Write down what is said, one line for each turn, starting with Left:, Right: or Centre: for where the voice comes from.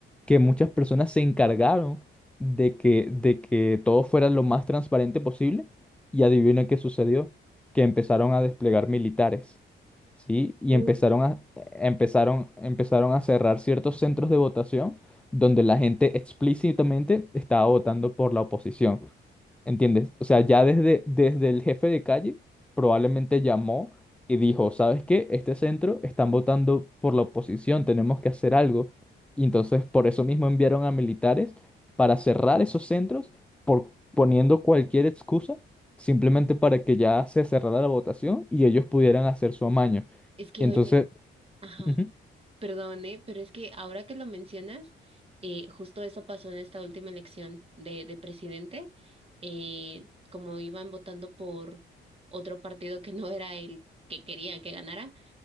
Centre: que muchas personas se encargaron de que, de que todo fuera lo más transparente posible. Y adivina qué sucedió, que empezaron a desplegar militares, ¿sí? Y
Right: Uy,
Centre: empezaron a, empezaron, empezaron a cerrar ciertos centros de votación donde la gente explícitamente estaba votando por la oposición. ¿Entiendes? O sea, ya desde, desde el jefe de calle probablemente llamó y dijo, ¿sabes qué? Este centro están votando por la oposición, tenemos que hacer algo. Y entonces por eso mismo enviaron a militares para cerrar esos centros por poniendo cualquier excusa, simplemente para que ya se cerrara la votación y ellos pudieran hacer su amaño.
Right: es que
Centre: Y entonces,
Right: oye, ajá.
Centre: ujú.
Right: Perdone, pero es que ahora que lo mencionas, eh, justo eso pasó en esta última elección de, de presidente, eh, como iban votando por otro partido que no era el que querían que ganara,